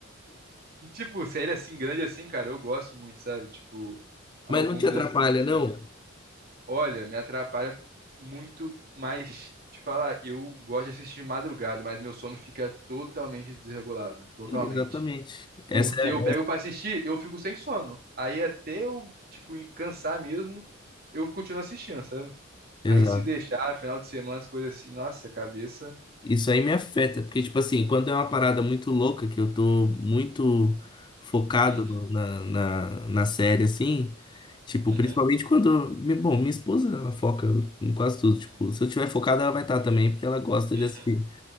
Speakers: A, on the right; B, on the left.
A: E, tipo, série assim, grande assim, cara, eu gosto muito, sabe? Tipo, algumas
B: Mas não te atrapalha,
A: assim,
B: não?
A: Olha, me atrapalha muito, mas te falar, eu gosto de assistir de madrugada, mas meu sono fica totalmente desregulado, totalmente.
B: Exatamente. Essa
A: Porque
B: é,
A: eu pego pra assistir, eu fico sem sono. Aí até eu, tipo, cansar mesmo, eu continuo assistindo, sabe? Aí
B: exato.
A: se deixar, final de semana, as coisas assim, nossa, cabeça.
B: Isso aí me afeta, porque, tipo assim, quando é uma parada muito louca, que eu tô muito focado
A: Uhum,
B: no- na, na, na série, assim, tipo,
A: uhum,
B: principalmente quando. mi- Bom, minha esposa, ela foca em quase tudo, tipo, se eu tiver focado, ela vai estar também, porque ela gosta
A: uhum,
B: de assistir.